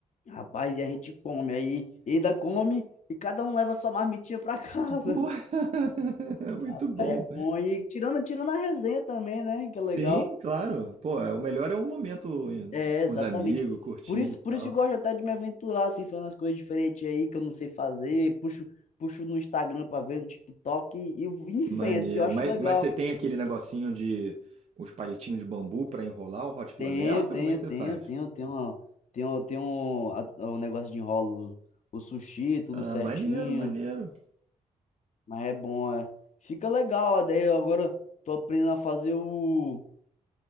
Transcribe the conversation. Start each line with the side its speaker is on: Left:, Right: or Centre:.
Left: Rapaz, e a gente come aí, e ainda come e cada um leva sua marmitinha pra casa.
Right: Boa! <laughs>
Left: <laughs>
Right: Muito
Left: Rapaz,
Right: bom.
Left: é bom. E tirando, tirando a resenha também, né? Que
Right: Sim,
Left: é legal.
Right: claro. Pô, é, o melhor é um momento em-
Left: É,
Right: com
Left: exatamente.
Right: os amigos, curtindo
Left: Por isso,
Right: e tal.
Left: por isso que eu gosto até de me aventurar, assim, fazendo as coisas diferentes aí que eu não sei fazer. Puxo, puxo no Instagram pra ver, no TikTok e, e vou em
Right: Maneiro.
Left: frente, porque eu acho
Right: Mas,
Left: legal.
Right: mas você tem aquele negocinho de os palitinhos de bambu pra enrolar o Hot Philadelphia?
Left: Tenho, tenho,
Right: Como é que você
Left: tenho,
Right: faz?
Left: tenho, tenho, tenho, tenho a- o negócio de enrolo, o sushi, tudo
Right: Ah,
Left: certinho.
Right: maneiro, maneiro.
Left: Mas é bom, é. Fica legal, ó, daí eu agora tô aprendendo a fazer o